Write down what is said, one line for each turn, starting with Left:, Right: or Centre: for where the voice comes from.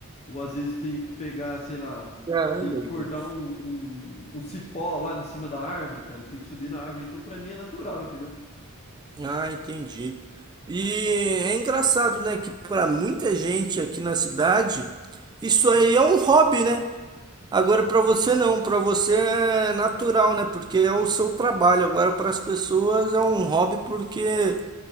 Left: ou às vezes tenho que pegar, sei lá,
Right: Caramba,
Left: tenho que cortar
Right: Igor.
Left: um, um, um cipó lá de cima da árvore, cara, tem que subir na árvore, então pra mim é natural, entendeu?
Right: Ah, entendi. E é engraçado, né, que para muita gente aqui na cidade, isso aí é um hobby, né? Agora para você não, para você é natural, né? Porque é o seu trabalho. Agora para as pessoas é um hobby porque